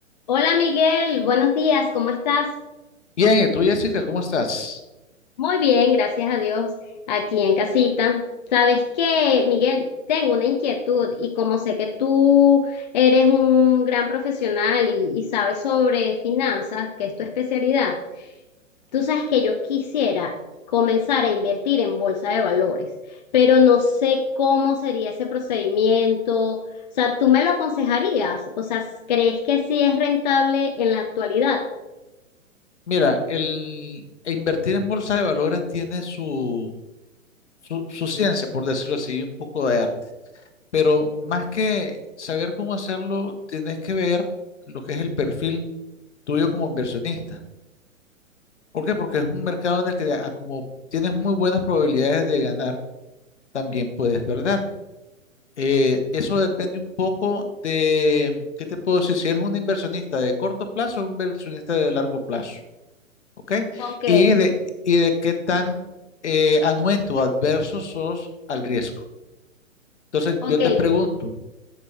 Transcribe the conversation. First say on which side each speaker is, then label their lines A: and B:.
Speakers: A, on the left; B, on the left.
A: Hola Miguel, buenos días, ¿cómo estás?
B: Bien, ¿y tú, Jessica, cómo estás?
A: Muy bien, gracias a Dios, aquí en casita. Sabes que, Miguel, tengo una inquietud y como sé que tú eres un gran profesional y, y sabes sobre finanzas, que es tu especialidad, tú sabes que yo quisiera comenzar a invertir en bolsa de valores, pero no sé cómo sería ese procedimiento. O sea, ¿tú me lo aconsejarías? O sea, ¿crees que sí es rentable en la actualidad?
B: Mira, el e invertir en bolsa de valores tiene su, su, su ciencia, por decirlo así, un poco de arte. Pero más que saber cómo hacerlo, tienes que ver lo que es el perfil tuyo como inversionista. ¿Por qué? Porque es un mercado en el que, ah, ah, como tienes muy buenas probabilidades de ganar, también puedes perder. Eh, eso depende un poco de, ¿qué te puedo decir? Si eres un inversionista de corto plazo o un inversionista de largo plazo. ¿ok?
A: Ok,
B: Y de, y de qué tan eh, anuente o adverso sos al riesgo. Entonces,
A: ok,
B: yo te pregunto,